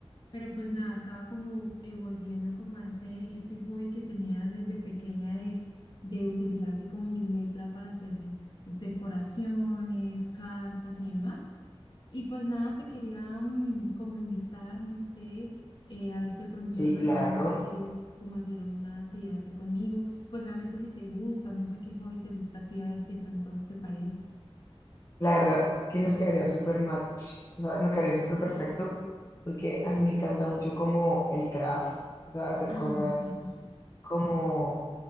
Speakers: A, on the left (about 50°); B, on the left (about 35°).
A: pero pues nada, estaba como eh, volviendo como a ese, ese hobby que tenía desde pequeña de, de utilizar así como mi letra para hacer decoraciones, cartas y demás. Y pues nada, te quería mm, como invitar, no sé, eh, a ver si de pronto
B: Sí,
A: en algún
B: claro.
A: momento quieres como hacer una actividad así conmigo. Pues obviamente si te gusta, no sé qué hobby te gusta a ti, a ver si de pronto se parece.
B: La verdad, que nos quedaría súper match. O sea, nos quedaría súper perfecto porque a mí me encanta mucho como el craft, o sea, hacer
A: Ah,
B: cosas
A: sí, sí, sí.
B: como,